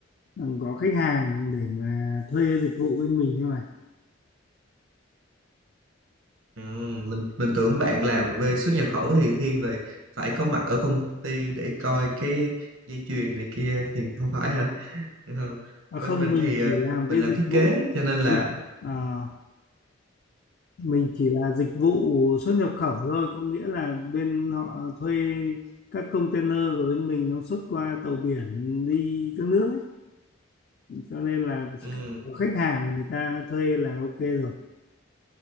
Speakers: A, on the left (about 50°); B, on the right (about 80°).
A: ừ, có khách hàng để mà thuê dịch vụ bên mình thôi mà
B: Ừ, mình mình tưởng bạn làm về xuất nhập khẩu thì thiên về phải có mặt ở công ty để coi cái dây chuyền này kia thì không phải ha Ừ.
A: À,
B: bên
A: không
B: mình
A: mình
B: thì
A: chỉ
B: ờ,
A: làm
B: mình
A: cái
B: làm
A: dịch
B: thiết
A: vụ
B: kế cho nên là
A: dịch à, mình chỉ là dịch vụ xuất nhập khẩu thôi có nghĩa là bên họ thuê các container của bên mình nó xuất qua tàu biển đi các nước ấy cho nên là chỉ
B: ừ,
A: cần có khách hàng người ta thuê là ok rồi